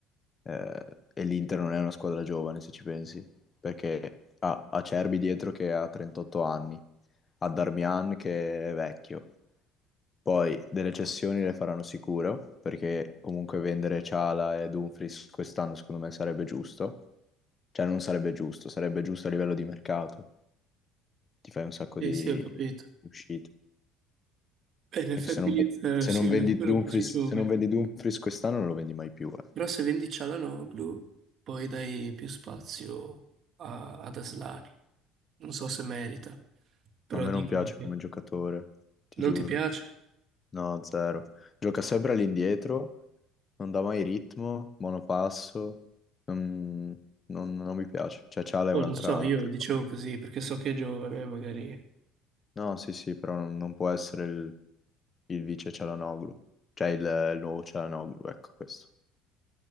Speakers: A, on the left; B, on the right.
A: eh, e l'Inter non è una squadra giovane se ci pensi, perché ha Acerbi dietro che ha 38 anni, ha Darmian che è vecchio, poi delle cessioni le faranno sicuro, perché comunque vendere Ciala e Dumfries quest'anno secondo me sarebbe giusto, cioè non sarebbe giusto, sarebbe giusto a livello di mercato ti fai un sacco
B: Sì,
A: di
B: sì, ho capito.
A: di uscite.
B: E in
A: Perché
B: effetti
A: se non,
B: l'Inter,
A: ve- se
B: sì,
A: non
B: lo
A: vendi
B: spero
A: Dumfries,
B: così giovane.
A: se non vendi Dumfries quest'anno non lo vendi mai più. eh.
B: Però se vendi Cialanoglu, poi dai più spazio a- ad Aslani. Non so se merita, però
A: A me
B: dicono
A: non piace
B: che
A: come giocatore, ti
B: non
A: giuro.
B: ti piace.
A: No, zero. Gioca sempre all'indietro, non dà mai ritmo, monopasso. Non, non- non mi piace. Cioè, Ciala
B: Oh,
A: è un'altra
B: non so,
A: un'altra
B: io dicevo
A: cosa.
B: così perché so che è giovane, magari.
A: No, sì, sì, però non, non può essere il, il vice Cialanoglu. Cioè, il, il nuovo Cialanoglu, ecco questo.